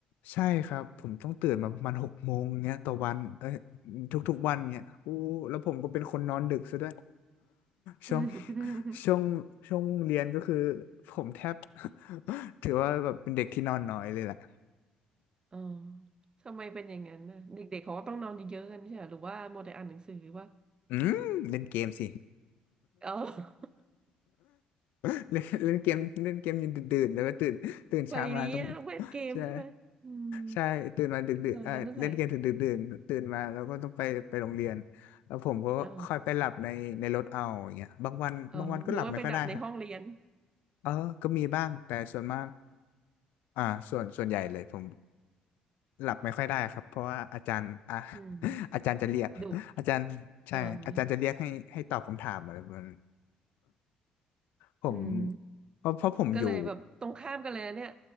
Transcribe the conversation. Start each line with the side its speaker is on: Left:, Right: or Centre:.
Left: ใช่ครับผมต้องตื่นมาประมาณหกโมงเงี้ยต่อวันเอ้ยทุกๆวันเงี้ยอู้แล้วผมก็เป็นคนนอนดึกซะด้วยช่วง
Right: อืม
Left: ช่วงช่วงเรียนก็คือผมแทบ <laughs> ถือว่าแบบเป็นเด็กที่นอนน้อยเลยแหละ
Right: อ๋อทำไมเป็นอย่างนั้นน่ะเด็กๆเขาก็ต้องนอนเยอะๆกันใช่ไหมหรือว่าโมัวแต่อ่านหนังสือวะ
Left: อืมเล่นเกมสิ
Right: เออ
Left: <laughs> เล่นเล่นเกมเล่นเกมจนดึกๆแล้วก็ตื่นตื่นเช้ามาต้อง
Right: <laughs> วัยนี้อะเล่นเกมใช่ไหมอืม
Left: ใช่ใช่ตื่นมาดึกดึกเออเล่นเกมถึงดึกดื่นตื่นมาแล้วก็ต้องไปไปโรงเรียน
Right: เออนั่นแหละ
Left: แล้วผมก็ค่อยไปหลับในในรถเอาอย่างเงี้ยบางวันบางวันก็หลับไม่ค่อยได้ฮะ
Right: อ๋ออ๋อหนูว่าไปดับในห้องเรียน
Left: เออก็มีบ้างแต่ส่วนมากอ่าส่วนส่วนใหญ่เลยผมหลับไม่ค่อยได้ครับเพราะว่าอาจารย์อ่ะ
Right: อืม
Left: <laughs> อาจารย์จะเรียกอาจารย์ใช่อาจารย์จะเรียกให้ให้ตอบคำถามอะไรประมาณ
Right: ดุเออ
Left: ผม
Right: อืม
Left: เพราะเพราะผมอยู่
Right: ก็เลยแบบตรงข้ามกันเลยนะเนี่ย